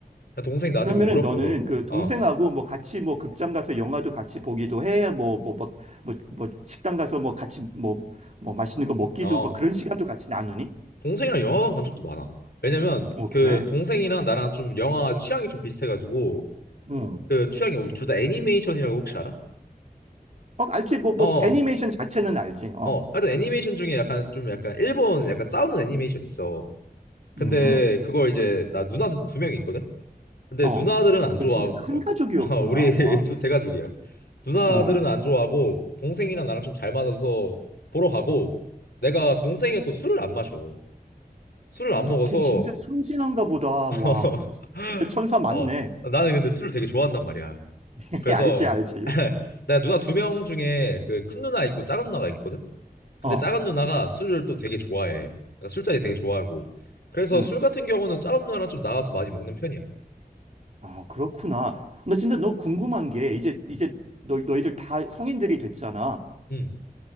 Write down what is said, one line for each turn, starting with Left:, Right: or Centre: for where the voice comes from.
Left: 그냥 동생이 나한테
Right: 그러면은
Left: 뭐 물었고
Right: 너는
Left: 물어보고.
Right: 그 동생하고
Left: 어.
Right: 뭐 같이 뭐 극장 가서 영화도 같이 보기도 해. 뭐, 뭐, 뭐, 뭐, 뭐 식당 가서 뭐 같이 뭐, 뭐 맛있는 거 먹기도
Left: 어.
Right: 뭐 그런 시간도 같이 나누니?
Left: 동생이랑 영화관 간 적도 많아. 왜냐면
Right: 어,
Left: 그
Right: 그래.
Left: 동생이랑 나랑 좀 영화 취향이 좀 비슷해가지고
Right: 응.
Left: 그 취향이 우리 둘 다 애니메이션이라고 혹시 알아?
Right: 어, 알지. 뭐, 뭐
Left: 어,
Right: 애니메이션 자체는 알지. 어.
Left: 어. 하여튼 애니메이션 중에 약간 좀 약간 일본 약간 싸우는 애니메이션 있어. 근데
Right: 음.
Left: 그거 이제 나 누나들 두 명이 있거든? 근데
Right: 어.
Left: 누나들은
Right: 어,
Left: 안 좋아하고
Right: 너 진짜 큰
Left: 어,
Right: 가족이었구나.
Left: <laughs> 아, 우리 <laughs>
Right: 와.
Left: 좀 대가족이야. 누나들은
Right: 어.
Left: 안 좋아하고 동생이랑 나랑 좀 잘 맞아서 보러 가고 내가 동생은 또 술을 안 마셔. 술을 안
Right: 근데
Left: 먹어서
Right: 걔 진짜 순진한가 보다. 와.
Left: <laughs>
Right: 진짜 천사 맞네.
Left: 어, 나는 근데 술을 되게 좋아한단 말이야.
Right: <laughs>
Left: 그래서
Right: 알지, 알지.
Left: <laughs> 나 누나 두 명 중에 그 큰 누나 있고 작은 누나가 있거든. 근데
Right: 어.
Left: 작은 누나가 술을 또 되게 좋아해. 그러니까 술자리 되게 좋아하고. 그래서
Right: 음.
Left: 술 같은 경우는 작은 누나랑 좀 나가서 많이 먹는 편이야.
Right: 아, 그렇구나. 나 진짜 너무 궁금한 게 이제 이제
Left: 음.
Right: 너 너희들 다 성인들이 됐잖아.
Left: 음.